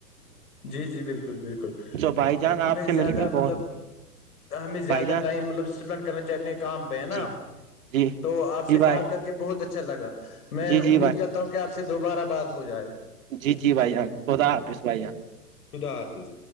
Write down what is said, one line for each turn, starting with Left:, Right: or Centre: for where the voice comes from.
Left: جی جی بالکل بالکل
Right: تو بھائی جان آپ
Left: ہمیں
Right: سے مل
Left: زیادہ
Right: کے
Left: مطلب
Right: بہت
Left: ہمیں
Right: بھائی
Left: زیادہ
Right: جان
Left: ٹائم مطلب اسپینڈ کرنا چاہیے اپنے کام پہ ہے نا
Right: جی جی
Left: تو آپ سے
Right: جی بھائی
Left: بات کرتے کہ بہت اچھا لگا میں
Right: جی جی
Left: امید
Right: بھائی
Left: کرتا ہوں کہ آپ سے دوبارہ بات ہو جائے
Right: جی جی بھائی ہ خدا آفس بھائی جان
Left: شدا حافظ